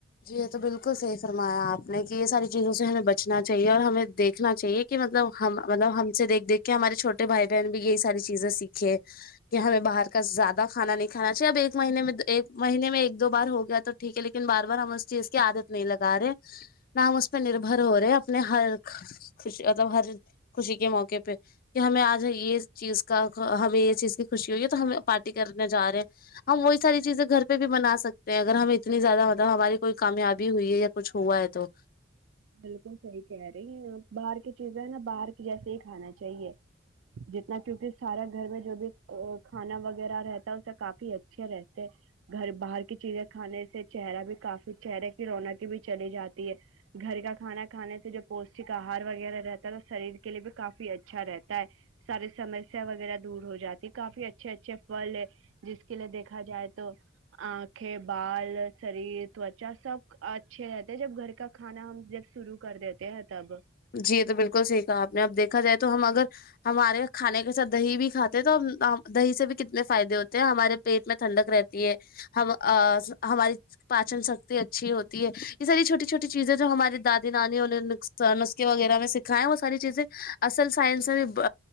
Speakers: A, on the left; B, on the right.
A: جی یہ تو بالکل صحیح فرمایا آپ نے کہ یہ ساری چیزوں سے ہمیں بچنا چاہیے اور ہمیں دیکھنا چاہیے کہ مطلب ہم مطلب ہم سے دیکھ دھ کے ہمارے چھوٹے بھائی بہن بھی یہی ساری چیزیں سیکھے کہ ہمیں باہر کا زیادہ کھانا نہیں کھانا چاہیے اب ایک مہینے میں ایک مہینے میں ایک دو بار ہو گیا تو ٹھیک ہے لیکن بار بار ہم اس چیز کی عادت نہیں لگا رہے ن ہم اس پہ نربھر ہو رہے اپنے ہر خوش مطلب ہر خوشی کے موقع پہ کہ ہمیں آج یہ چیز کا ہمیں یہ چیز کی خوشی ہوئی ہے تو ہم پارٹی کرنے جا رہے ہیں ہم وہی ساری چیزیں گھر پہ بھی بنا سکتے ہیں اگر ہم اتنی زیادہ متاب ہماری کوئی کامیابی ہوئی ہے یا کچھ ہوا ہے تو
B: بالکل صحیح کہہ رہی ہیں آپ باہر کی چیزیں ہے نا باہر کے جیسے ہی کھانا چاہیے جتنا کیونکہ سارا گھر میں جو بھی کھانا وغیرہ رہتا ہے اس سے کافی اچھے رہتے گھر باہر کی چیزیں کھانے سے چہرہ بھی کافی چہرے کی رونقی بھی چلی جاتی ہے گھر کا کھانا کھانے سے جو پوشٹک آہار وغیرہ رہتا ہے تو شریر کے لیے بھی کافی اچھا رہتا ہے ساری سمسیا وغیرہ دور ہو جاتی کافی اچھے اچھے فل ہے جس کے لیے دیکھا جائے تو آنکھیں بال شریر تچا سب اچھے رہتے جب گھر کا کھانا ہم جب شروع کر دیتے ہیں تب
A: جی یہ تو بالکل سیکھا آپ نے اب دیکھا جائے تو ہم اگر ہمارے کھانے کے ساتھ دہی بھی کاتے تو دہی سے بھی کتنے فائدے ہوتے ہیں ہمارے پیٹ میں ٹھنڈک رہتی ہے ہم ہماری پاچن سکتی اچھی ہوتی ہے یہ ساری چھوٹی چھوٹی چیزیں جو ہماراری دادی نانیوں نسخے وغیرہ میں سکھائےیں وہ ساری چیزیں اصل سائنس میں بھی